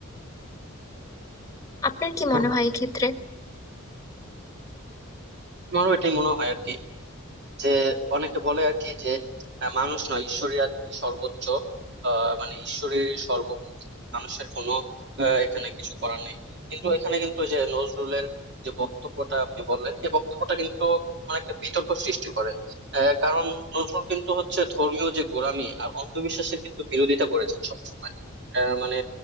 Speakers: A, on the left; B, on the right.
A: আপনার কি
B: তো
A: মনে হয় এক্ষেত্রে
B: আমারও এটাই মনে হয় আর কি যে অনেকে বলে আর কি যে আহ, মানুষ নয় ঈশ্বরই আর কি সর্বোচ্চ আহ, মানে ঈশ্বরের সর্বগুণ মানুষের কোনো আহ, এখানে কিছু করার নেই কিন্তু এখানে কিন্তু যে নজরুলের যে বক্তব্যটা আপনি বললেন এই বক্তব্যটা কিন্তু মানে একটা বিতর্ক সৃষ্টি করে আহ, কারণ নজরুল কিন্তু হচ্ছে ধর্মীয় যে গোঁড়ামি আর অন্ধবিশ্বাসের কিন্তু বিরোধিতা করেছেন সবসময় আহ, মানে